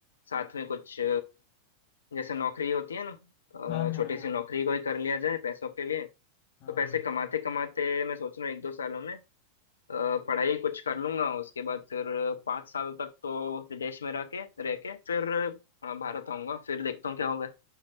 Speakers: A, on the left; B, on the left.
A: साथ में कुछ जैसे नौकरी होती है ना
B: हाँ
A: अ,
B: हाँ
A: छोटी सी नौकरी कोई कर लिया जाए पैसों के लिए
B: हाँ
A: तो पैसे
B: हाँ,
A: कमाते कमाते मैं सोच रहा हूँ एक दो सालों में अ, पढ़ाई कुछ कर लूंगा उसके बाद फिर पाँच साल तक तो विदेश में रह के रह के फिर अ, भारत आऊंगा फिर देखता हूँ क्या होगा